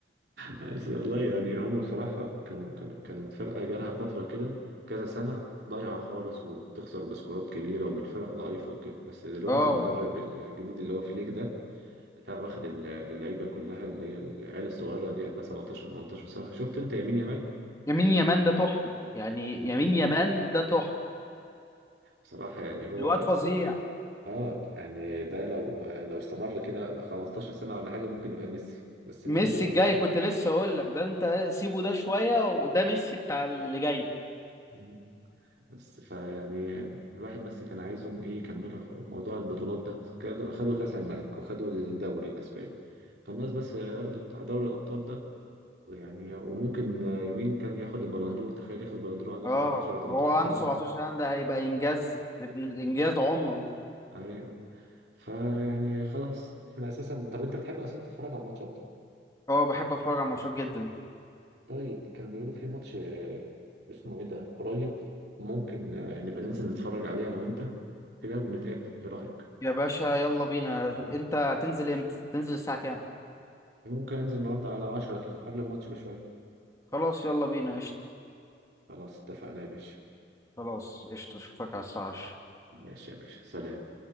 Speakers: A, on the right; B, on the left.
A: بس والله يعني هم بصراحة كانوا كانوا كانت فرقة جالها فترة كده كذا سنة ضايعة خالص وبتخسر بسكورات كبيرة ومن فرق ضعيفة وكده بس دلوقتي
B: اه
A: المدرب الجديد اللي هو فليك ده لا واخد ال- اللعيبة كلها اللي هي العيال الصغيرة دي عندها 17 18 سنة شفت انت يمين يامال
B: يمين يمان ده تحفه يعني
A: مم.
B: يمين يمان ده تحفه
A: بصراحة يعني هو
B: الواد فظيع
A: اه يعني ده لو لو استمر كده 15 سنة ولا حاجة ممكن يبقى ميسي بس
B: ميسي
A: مين هو
B: الجاي كنت لسه اقول لك ده انت سيبه ده شويه وده ميسي بتاع اللي جاي
A: مم. بس فيعني الواحد بس كان عايزهم ايه يكملوا ح- موضوع البطولات ده خدوا خدوا كأس الملك وخدوا الدوري الاسباني فالناس بس ياخدوا بتاع دوري الابطال ده ويعني وممكن يمين كان ياخد البلندور تخيل ياخد البلندور عنده
B: اه
A: 17 ولا 18
B: هو عنده
A: سنة
B: 17 سنه ده هيبقى انجاز ابن- انجاز عمره
A: ايوه فيعني خلاص احنا اساسا طب انت بتحب اصلا تتفرج على الماتشات
B: اه بحب اتفرج على ماتشات جدا
A: طيب كان بيقولوا في ماتش آه، اسمه ايه ده قريب ممكن آه، نبقى ننزل نتفرج عليه انا وانت كده ونتقابل ايه رأيك
B: يا باشا يلا بينا انت هتنزل امتى تنزل الساعة كام
A: ممكن انزل النهارده على 10 كده قبل الماتش بشوية
B: خلاص يلا بينا قشطة
A: خلاص اتفقنا يا باشا
B: خلاص قشطة اشوفك على الساعة 10
A: ماشي يا باشا سلام